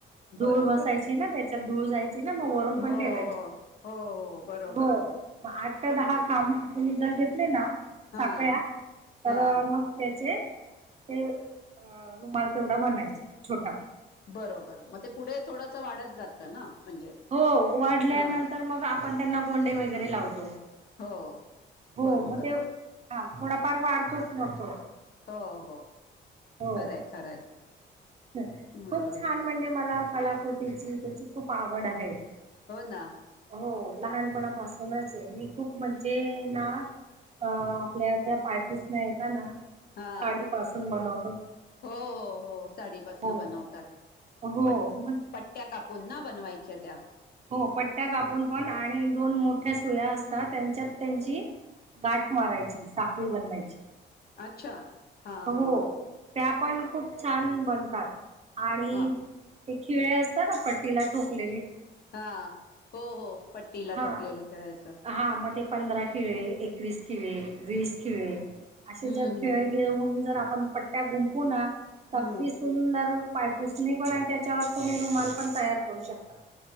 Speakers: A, on the right; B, on the left.
A: धूळ
B: बरोबर
A: बसायच ची ना त्याच्यात धूळ जायची ना? म वरून पण
B: हो हो
A: ठेवायची
B: हो हो बरोबर
A: हो.
B: बरोबर
A: मग आठ ते दहा खांब तुम्ही जर घेतले ना
B: हा
A: साखळ्या तर
B: हा
A: मग त्याचे ते अ रुमाल तेवढा बनायचा. छोटा!
B: बरोबर मग ते पुढे थोडंस वाढत जातं ना? म्हणजे
A: हो वाढल्यानंतर
B: हा
A: मग आपण त्यांना गोंडे वगैरे लावतो.
B: हो
A: हो
B: बरोबर
A: मग त्यो हा थोडाफार वाढतोच ना तो?
B: हो -हो.
A: हो
B: खरंय खरंय
A: खूप
B: बरोबर
A: छान म्हणजे मला कलाकृती तीची तीची खूप आवड आहे.
B: हो ना?
A: हो लहानपणापासूनच आहे, मी खूप म्हणजे ना अ आपल्या त्या पायपुसण्या येता ना,
B: हा
A: साडीपासून बनव
B: हो हो हो, साडीपासनं
A: हो
B: बनवतात
A: हो
B: पट
A: मग
B: पट ट्या कापून ना बनवायच्या त्या?
A: हो पट्ट्या कापून पण आणि दोन मोठ्या सुया अस ता त्यांच्यात त्यांची गाठ मारायची साखळी बनवायची.
B: अच्छा, हा
A: हो
B: हा हा.
A: त्या पण खूप छान बनतात आणि
B: हा
A: ते खिळे असता ना पट्टीला ठोकलेले.
B: हा, हो हो पट्टीला
A: हा
B: ठोकलेलं खिळ्याचं.
A: हा मग ते पंधरा खिळे, एकवीस खिळे, वीस खिळे असे
B: हम्म
A: जर खिळे घेऊन जर आपण पट्ट्या गुंफु ना तर
B: हम्म हम्म.
A: <unintelligible> सुंदर पायपुसणी पण आणि त्याच्यावर तुम्ही रुमाल पण तयार करू शकता.